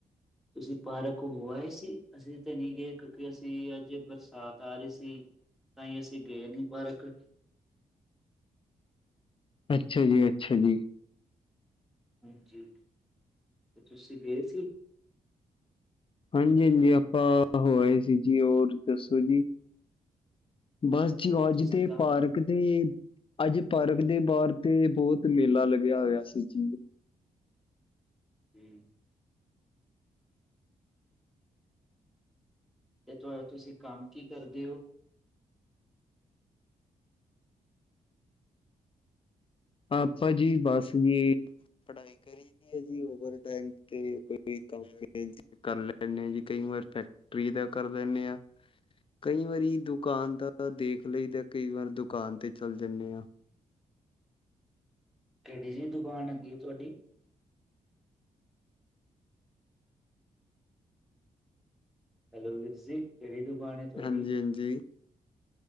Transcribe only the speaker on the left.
ਅੱਛਾ ਜੀ ਅੱਛਾ ਜੀ
ਹਾਂਜੀ ਹਾਂਜੀ ਆਪਾਂ ਹੋਏ ਸੀ ਜੀ ਹੋਰ ਦੱਸੋ ਜੀ ਬਸ ਜੀ
ਅੱਜ
ਤੇ
ਪਾਰਕ ਦੇ ਅੱਜ ਪਾਰਕ ਦੇ ਬਾਹਰ ਤੇ ਬਹੁਤ ਮੇਲਾ ਲੱਗਿਆ ਹੋਇਆ ਸੀ ਜੀ
ਆਪਾ ਜੀ ਬਸ ਵੀ ਜੀ ਕਰੀ ਦੀ ਏ ਓਵਰ ਟਾਈਮ ਤੇ ਕੋਈ ਵੀ ਕੰਮ ਮਿਲ ਜੇ ਕਰ ਲੈਂਦੇ ਹਾਂ ਜੀ ਕਈ ਵਾਰ ਫੈਕਟਰੀ ਦਾ ਕਰ ਲੈਂਦੇ ਹਾਂ। ਕਈ ਵਾਰੀ ਦੁਕਾਨ ਦਾ ਦੇਖ ਲਈ ਤਾਂ ਕਈ ਵਾਰ ਦੁਕਾਨ ਤੇ ਚੱਲ ਜਾਂਦੇ ਹਾਂ।
ਹਾਂਜੀ ਹਾਂਜੀ